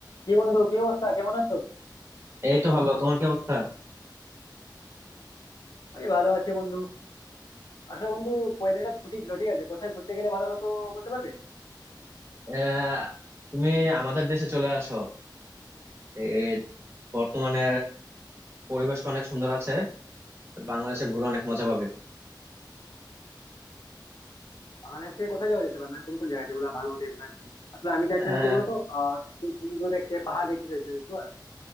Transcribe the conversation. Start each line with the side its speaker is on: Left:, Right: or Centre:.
Left: কি বন্ধু কি অবস্থা কেমন আছো
Right: এই তো ভালো তোমার কি অবস্থা
Left: ওই ভালো আছি বন্ধু আসলে বন্ধু কয়েকদিন ছুটি ছিল ঠিক আছে কোথায় ঘুরতে গেলে ভালো হতো বলতে পারবে
Right: আহ, তুমি আমাদের দেশে চলে আসো এই বর্তমানে পরিবেশটা অনেক সুন্দর আছে বাংলাদেশে ঘুরে অনেক মজা পাবে
Left: বাংলাদেশে কোথায় যাওয়া যেতে পারে মানে কোন কোন জায়গা যেগুলো ভালো হতো ঘোরার জন্য আসলে আমি চাইছিলাম
Right: আহ,
Left: কি বলতো আহ একটু সমুদ্র দেখতে পাহাড় দেখতে চাইছিলাম বুঝতে পারলে?